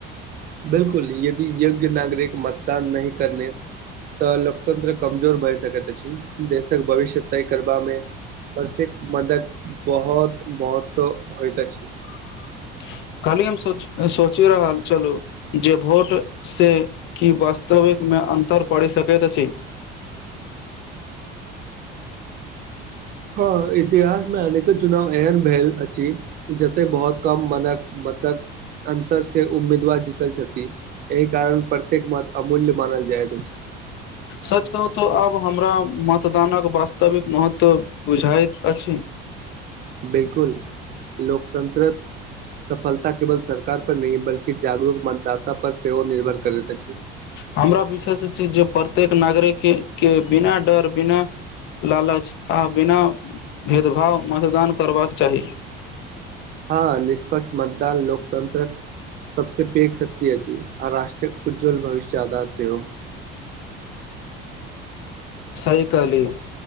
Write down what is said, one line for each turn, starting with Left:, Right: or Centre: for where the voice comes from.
Right: बिलकुल यदि यज्ञ नागरिक मतदान नहि करने तऽ लोकतन्त्र कमजोर भए सकै त देशक भविष्य तय करबामे प्रत्येक मदक बहुत महत्व होता छै
Left: <inaudible> खाली हम सोचि रहल चलू जे भोटसँ की वास्तविकमे अतर पढ़ि सकैत अछि
Right: हँ इतिहास मे अनेको चुनाव एहन भेल अछि जते बहुत कम मन प तक अन्तर से उम्मीदवार जीतल छथि एहि कारण प्रत्येक मत अमूल्य मानल जाइत छै
Left: सच कहू तऽ आब हमरा मतदानक वास्तविक महत्व बुझाइत अछि ह
Right: बिलकुल लोकतंत्र सफलता केवल सरकार पर नहि बल्कि जागरूक मतदाता पर सेहो निर्भर करैत अछि
Left: हमरा विश्वास छी जे प्रत्येक नागरिकके के बिना डर बिना लालच आ बिना भेदभाव मतदान करबाक चाही
Right: हँ निष्पक्ष मतदान लोकतंत्र सबसँ पेघ शक्ति अछि आ राष्ट्र उज्ज्वल भविष्य आधार से हो
Left: <unintelligible> सही कहली